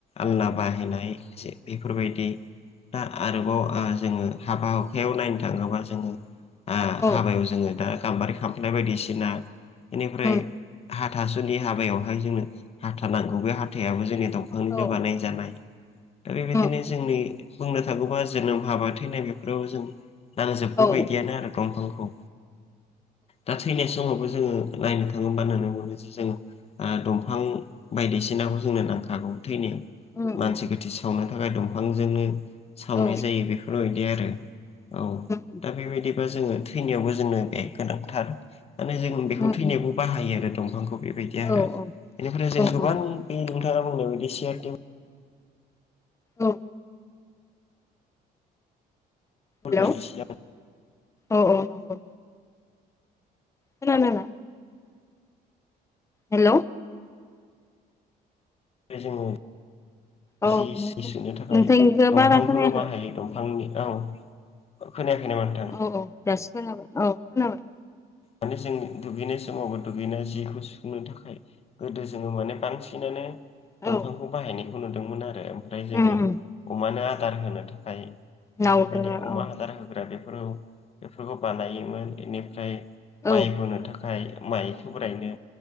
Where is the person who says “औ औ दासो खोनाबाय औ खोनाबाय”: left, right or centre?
Left